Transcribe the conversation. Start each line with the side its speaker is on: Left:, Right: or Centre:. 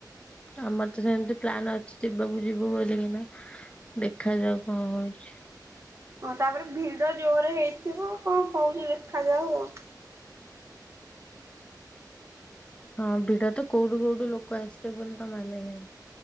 Left: ଆମର ତ ସେମିତି ପ୍ଲ। ନ୍ ଅଛି ଯିବାକୁ ଯିବୁ ବୋଲକିନା। ଦେଖାଯାଉ କଣ ହଉଛି?
Right: ହଁ ତାପରେ ଭିଡ ଜୋରେ ହେଇଥିବ କଣ ହଉଛି ଦେଖାଯାଉ ଆଉ।
Left: ହଁ ଭିଡ ତ କୋଉଠୁ କୋଉଠୁ ଲୋକ ଆସିବେ ବୋଲି ତ ମାନେ ନାଇ।